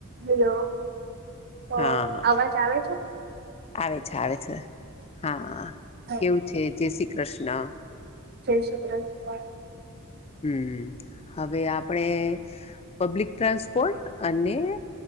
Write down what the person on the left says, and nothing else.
હા
આવે છે, આવે છે, હા
કેવું છે, જય શ્રી કૃષ્ણ.
હમ હવે આપણે પબ્લિક ટ્રાન્સપોર્ટ અને.